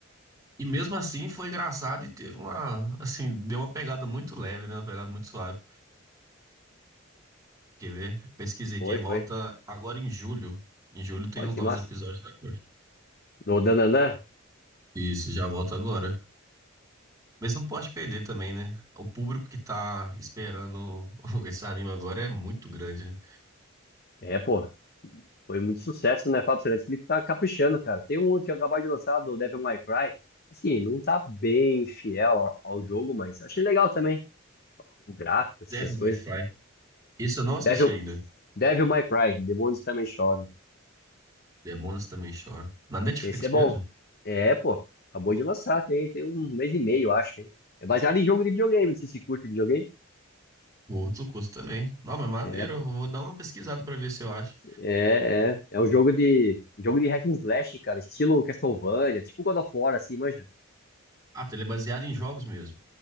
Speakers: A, on the right; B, on the left.
A: E mesmo assim foi engraçado e teve uma, assim, deu uma pegada muito leve, né? Uma pegada muito suave. Quer ver? Pesquisei
B: Foi,
A: aqui, volta
B: foi.
A: agora em julho. Em julho tem
B: Olha
A: os
B: que
A: novos
B: massa.
A: episódios da Cor.
B: Do Dananã.
A: Isso, já volta agora. Mas não pode perder também, né? O público que tá esperando <laughs> esse anime agora é muito grande. né?
B: É, pô. Foi muito sucesso, né? Fábio Fernandes Felipe tá caprichando, cara. Tem um que eu acabei de lançar, do Devil May Cry. Assim, não tá bem fiel ao, ao jogo, mas achei legal também. O gráfico, assim,
A: Devil
B: as
A: May
B: coisas.
A: Cry. Isso eu não assisti
B: Devil,
A: ainda.
B: Devil May Cry, Demônios Também Choram.
A: Demônios também choram. Na Netflix
B: Esse é
A: mesmo?
B: bom. É, pô. Acabou de lançar, tem, tem um mês e meio, eu acho, hein? É baseado em jogo de videogame, não sei se curte videogame.
A: O outro curso também. Não, mas maneiro.
B: É, pô.
A: Eu vou dar uma pesquisada pra ver se eu acho.
B: É, é. É um jogo de jogo de hack and slash, cara, estilo Castlevania, tipo God of War, assim, manja.
A: Ah, tá, ele é baseado em jogos mesmo.